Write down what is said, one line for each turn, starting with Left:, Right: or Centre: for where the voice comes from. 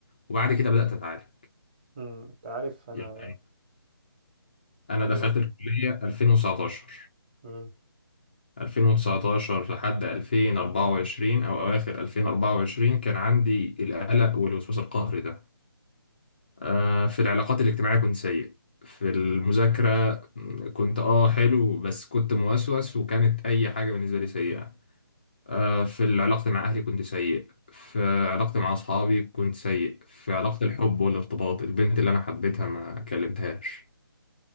Left: وبعد كده بدات اتعالج
Right: امم انت عارف انا
Left: يعني انا
Right: كان عندي
Left: دخلت الكليه 2019
Right: وقت
Left: 2019 لحد 2024 او اواخر 2024 كان عندي القلق والوسواس القهري ده آه، في العلاقات الاجتماعيه كنت سيء في المذاكره م، كنت اه حلو بس كنت موسوس وكانت اي حاجه بالنسبه لي سيئه آه، في علاقتي مع اهلي كنت سيء في علاقتي مع اصحابي كنت سيء في علاقه الحب والارتباط البنت اللي انا حبيتها ما كلمتهاش